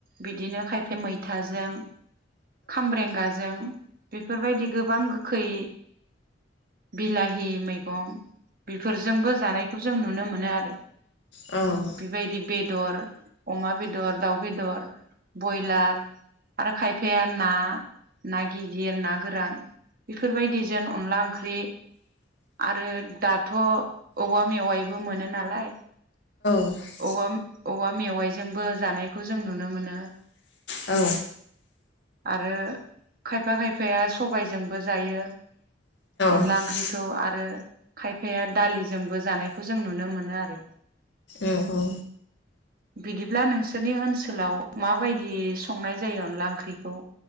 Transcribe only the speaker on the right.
बिदिनो खायफाया मैथाजों, खामरेंगाजों बेफोरबायदि गोबां गोखै बिला हि मैगं बेफोरजोंबो जानायखौ जों नुनो मोनो
बेबायदि बे दर अमा बेदर, दाउ बेदर, बयलार आरो खायफाया ना ना गिदिर ना गोरान बेफोरबायदिजों अनला ओंख्रि <unintelligible> दाथ' औवा मेवाइबो मोनो नालाय
औवा औवा मेवाइजोंबो जानायखौ जों नुनो मोनो।
आरो खायफा खायफाया सबाय जोंबो जायो अनला
ओंख्रिखौ आरो खायफाया दालिजोंबो जानायखौ जों नुनो मोनो आरो
बिदिब्ला नोंसोरनि ओनसोलाव माबायदि संनाय जायो अनला ओंख्रिखौ